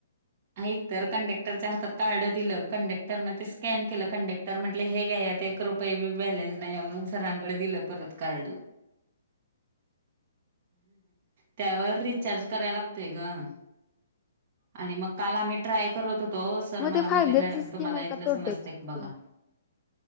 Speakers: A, on the right (about 40°); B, on the left (about 25°).
A: ऐक तर कंडक्टरच्या हातात कार्ड दिलं, कंडक्टरने ते स्कॅन केलं. कंडक् टर म्हटले हे घ्या यात एक रुपये बी बॅलेन्स नाही, म्हणून सरांकडे दिलं परत कार्ड. त्यावर रिचार्ज कराय लागतय गं,, आणि मग काल आम्ही ट्राय करत होतो सर
B: मग
A: मला
B: ते फायद्याची
A: म्हंटले मॅडम
B: स्कीम
A: तुम्हाला
B: आहे
A: इथलं
B: का तोट्याची
A: समजतय
B: स्कीम
A: का बघा.